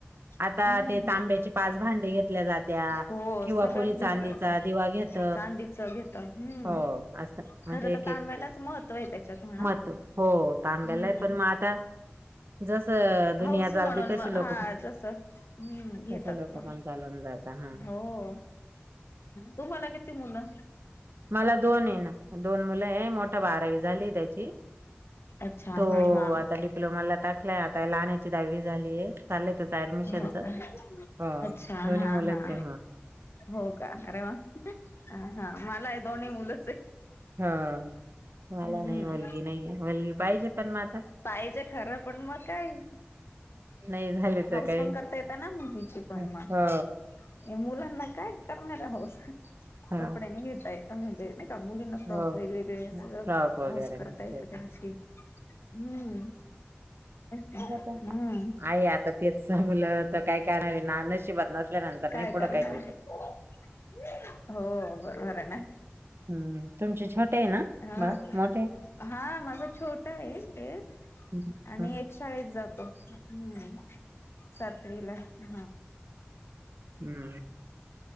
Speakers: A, on the right; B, on the left.
A: आता
B: हम्म
A: ते तांब्याचे पाच भांडे घेतल्या जात्या
B: हो
A: किंवा
B: सगळंच
A: कोणी
B: घेतलं
A: चांदीच.
B: होत
A: त्या दिवा घेत
B: चांदीच घेत हम्म
A: हो अस म्हणजे
B: खरं तर
A: एक
B: तांब्यालाच
A: एक.
B: महत्त्व आहे त्याच्यात म्हणा
A: महत्व हो तांब्याला
B: हम्म
A: आहे पण मग आता जस दुनिया
B: हाऊस
A: चालते
B: म्हणून
A: तसे
B: मग
A: लोक
B: हा
A: पण
B: तस हम् घेतात
A: तसे लोक
B: म.
A: पण चालून जात हा
B: हो तुम्हाला किती मुलं?
A: मला दोन हेना दोन मुलं हे मोठ बारावी झाली त्याची.
B: अच्छा
A: तो
B: हा हा
A: आता डिप्लोमाला टाकलाय आता लान्ह्या. दहावी झालीय चाललंय त्याच्या ऍडमिशनच
B: हो
A: हो
B: का अच्छा
A: दोन्ही
B: हा
A: मुलांचे.
B: हा हो का अरे वा अ हा मलाही दोन्ही मुलंच हे.
A: हा मला
B: हम्म
A: नाही मुलगी नाही मुलगी पाहिजे पण मग आता.
B: पाहिजे खरं पण मग काय.
A: नाही झाले
B: हाऊस
A: तर काही
B: पन करता येत ना मुलीची पण
A: हो
B: मग. या मुलांना काय करणार हे हाऊस
A: हा
B: कपडे नाही घेताय म्हणजेनाइ. त्या मुलींना फ्रॉक
A: हो
B: वेगळेे वेगळे
A: फ्रॉक
B: सगळं
A: वगैरे
B: हाऊस करता
A: नसेल
B: येते त्यांची. हम्म. ना
A: हो काय
B: हम्म
A: आहे आता तेच मुलं तर काय करणार आहे ना नशिबात नसल्यानंतर.
B: काय
A: नाही पुढं
B: करणार
A: करू
B: हो
A: शकत
B: बरोबर आहे ना.
A: हम्म तुमचे छोटे आहे ना
B: हा
A: बाळ मोठे
B: हा माझा छोटा आहे एक.
A: हम्
B: आणि
A: हा.
B: एक शाळेत जातो हम्म सातवीला हे.
A: हम्म.